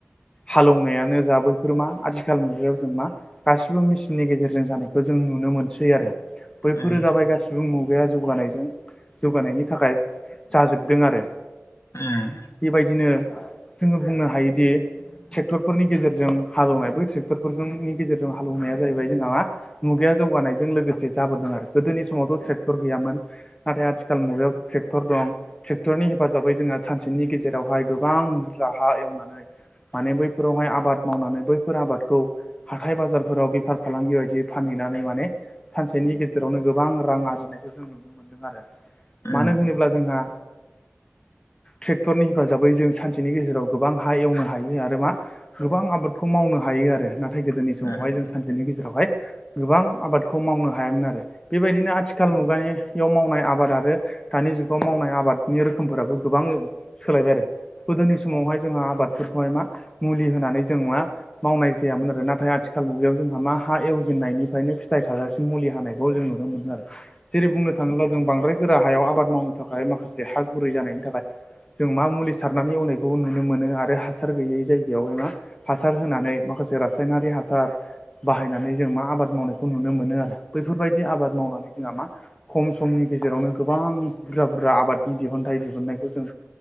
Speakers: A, on the left; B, on the left.
A: हालौवनाय यानो जा बैफोर मा आथिखाल मुगायाव जों मा गासिबो मेसिननि गेजेरजों जानायखौ जों नुनो मोनसै आरो बैफोरो
B: औ उम
A: जाबाय
B: उम
A: गासिबो मुगाया जौगानायजों जौगानायनि थाखाय जाजोबदों आरो।
B: उम
A: बेबायदिनो जोङो बुंनो हायोदि ट्रेक्टरफोरनि गेजेरजों हालौवनाय बै ट्रेक्टरफोरजोंनि गेजेरजों हालेवनाया जाहैबाय जोंहा मुगाया जौगानायजों लोगोसे जाबोदों आरो गोदोनि समावथ' ट्रेक्टर गैयामोन? नाथाय आथिखाल मुगायाव ट्रेक्टर दं। ट्रेक्टरनि हेफाजाबै जोंहा सानसेनि गेजेरावहाय गोबां बुरजाहा एवनानै माने बै फोरावहाय आबाद मावनानै बैफोर आबादखौ हाथाय बाजारफोराव बेफार फालांगि बायदि फानहैनानै माने सानसेनि गेजेरावनो गोबां रां आरजिनायखौ जों नुनो मोनदों आरो
B: औ
A: मानो होनोब्ला जोंहा ट्रेक्टरनि हेफाजाबै जों सानसेनि गेजेराव गोबां हा एवनो हायो आरो मा गोबां आबादखौ मावनो हायो आरो नाथाय गोदोनि
B: उम
A: समावहाय जों सान बिनि गेजेरावहाय गोबां आबादखौ मावनो हायामोन आरो बेबायदिनो आथिखाल मुगानि बेयाव मावनाय आबाद आरो दानि जुगाव मावनाय आबादनि रोखोमफोराबो गोबां सोलायबाय आरो। गोदोनि समावहाय जोंहा आबादफोरखौहाय मा मुलि होनानै जों मा मावनाय जायामोन आरो नाथाय आथिखाल मुगायाव जोंहा मा हा एवजेननायनिफ्रायनो फिथाइ खागासिनो मुलि हानायखौ जों नुनो मोनो आरो जेरै बुंनो थाङोबाजों बांद्राय गोरा हायाव आबाद मावनो थाखाय माखासे हा गुरै जानायनि थाखाय जों मा मुलि सारनानै एवनायखौबो नुनो मोनो आरो हासार गैयै जाय बेवहाय मा हासार होनानै माखासे रासायनारि हासार बाहायनानै जों मा आबाद मावनायखौ नुनो मोनो आरो। बैफोरबायदि आबाद मावनानै जोंहा मा खम समनि गेजेरावनो गोबां बुरजा बुरजा आबादनि दिहुनथाइ दिहुननायखौ जों